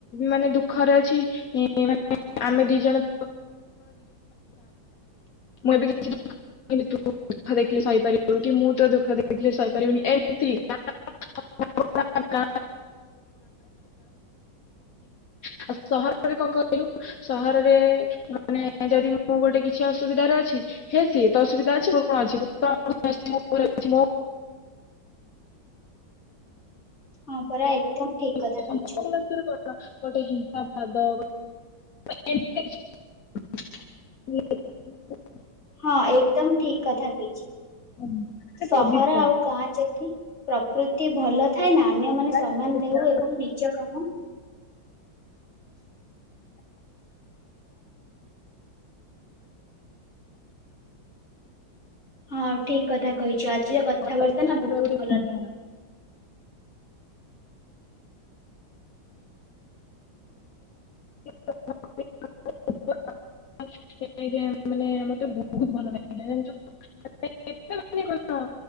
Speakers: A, on the left (about 50°); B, on the left (about 35°).
A: ମାନେ ଦୁଃଖରେ ଅଛି <unintelligible> ଆମେ ଦି ଜଣ <unintelligible> କିନ୍ତୁ ଦୁଃଖ ଦେଖିଲେ ସଇପାରିବୁନୁ କି ମୁଁ ତୋ ଦୁଃଖ ଦେଖିଲେ ସଇପାରିବିନି ଏମିତି ଗାଁ <unintelligible> <unintelligible> ଆଉ ସହରରେ କଣ କହିଲୁ ସହରରେ ମାନେ ଯଦି ମୁଁ ଗୋଟେ କିଛି ଅସୁବିଧାରେ ଅଛି ହେ ସିଏ ତ ଅସୁବିଧା ଅଛି ମୋର କଣ ଅଛି। <unintelligible>
B: ହଁ ପରା ଏକଦମ୍ ଠିକ୍ କଥା
A: ସମ୍ପର୍କ
B: କହିଛୁ।
A: ଭିତରେ ଗୋଟେ ହିଂସା ବାଦ <unintelligible> <inaudible>
B: ହଁ ଏକଦମ ଠିକ କଥା କହିଛି
A: ଉଁ, ମାନେ
B: ସହର
A: ପବିତ୍ର
B: ଆଉ ଗାଁ ଯେ ପ୍ରକୃତି ଭଲ ଥାଏ ନା ଅନ୍ୟ ମାନେ
A: ପୁରା
B: ସମାନ
A: ଗୋଟେ
B: ଦେଉ
A: ଗାଁ
B: ଏବଂ ନିଜ କାମ <inaudible> ହଁ ଠିକ କଥା କହିଛୁ। ଆଜିର କଥାବାର୍ତ୍ତା
A: ପରିବେଶ
B: ନା
A: ପୁରା
B: ବହୁତ
A: ଗୋଟେ
B: ଭଲ
A: ନିଆରା। <unintelligible> <unintelligible> ମାନେ ମତେ ବହୁତ ଭଲ ଲାଗିଥିଲା ଜାଣିଛ <unintelligible>